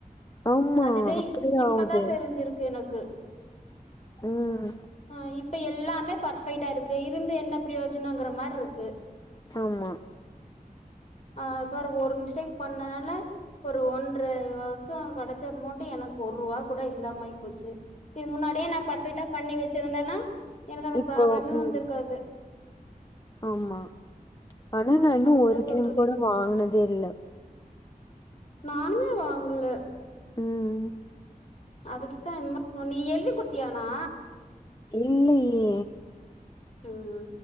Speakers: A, on the left; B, on the left.
A: ஆமா.
B: அதுவே
A: அப்டியே
B: இப் இப்பதா
A: ஆவுது.
B: தெரிஞ்சிருக்கு எனக்கு
A: ம்.
B: ஆ இப் இப்ப எல்லாமே பர்ஃபெக்ட்டா இருக்கு இருந்து என்ன ப்ரயோஜனோங்குற மாரிருக்கு
A: ஆமா
B: ஆ பாரு ஒரு மிஸ்டேக் பண்ணனால ஒரு ஒன்ற வருஷோ கெடச்ச மட்டு எனக்கு ஒரு ரூவா கூட இல்லாம ஆய் போச்சு இது முன்னாடியே நா பெர்ஃபெக்ட்டா பண்ணி வச்சிருந்தேன்னா எனக்கு அந்த
A: இப்போ
B: ப்ராப்ளமே
A: ம்.
B: வந்துருக்காது
A: ஆமா ஆனா நா இன்னு
B: அதத்தா
A: ஒரு
B: சொல்றது
A: டைம் கூட வாங்குனதே இல்ல
B: நானுமே வாங்கல
A: ம்
B: அதுக்குத்தா என்ன புண்ணி நீ எழுதி குடுத்தியானா
A: இல்லயே
B: ம்